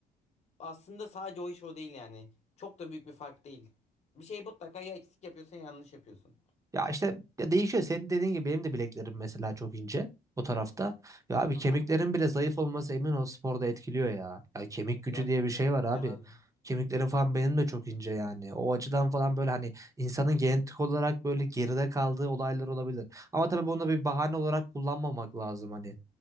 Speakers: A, on the left; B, on the right.
A: aslında sadece o iş o değil yani. Çok da büyük bir fark değil. Bir şey mutlaka ya eksik yapıyorsun ya yanlış yapıyorsun.
B: Ya işte ya değişiyor. Senin dediğin gibi benim de bileklerim mesela çok ince o tarafta. Ya abi
A: Hı
B: kemiklerin
A: hı.
B: bile zayıf olması emin ol sporda etkiliyor ya. Ya kemik
A: Etkiler
B: gücü diye
A: tabii
B: bir şey
A: canım etkilemez
B: var abi.
A: mi?
B: Kemiklerim falan benim de çok ince yani. O açıdan falan böyle hani insanın genetik olarak böyle geride kaldığı olaylar olabilir. Ama tabii bunu bir bahane olarak kullanmamak lazım hani.